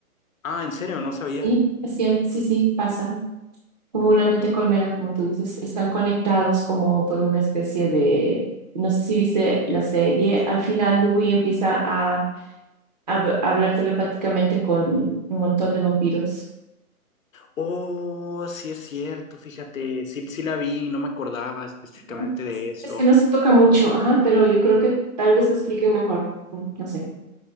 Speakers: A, on the left; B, on the right.
A: Ah, ¿en serio? No sabía.
B: Sí, es cier- sí, sí, pasa. Como una mente colmena, como tú dices, están conectados como por una especie de, no sé si viste la serie, al final Louis empieza a, a hab- a hablar telepáticamente con un montón de vampiros.
A: Oh, sí es cierto, fíjate, sí, sí la vi, no me acordaba específicamente
B: Ajá.
A: de eso.
B: Es que no se toca mucho, ajá, pero yo creo que tal vez lo expliquen mejor. Mm, No sé.